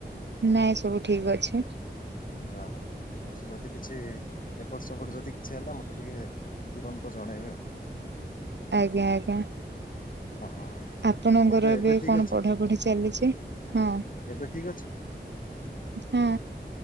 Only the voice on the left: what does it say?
ଯା ହଉ, ଯଦି କିଛି ଏପଟ ସେପଟ ଯଦି କିଛି ହେଲା ମୋତେ ଟିକେ ତୁରନ୍ତ ଜଣେଇବେ ଆଉ।
ହଁ ହଁ।
ଏବେ ଏବେ ଠିକ୍
ଅଛି,
ଏବେ ଠିକ୍ ଅଛି। <inaudible>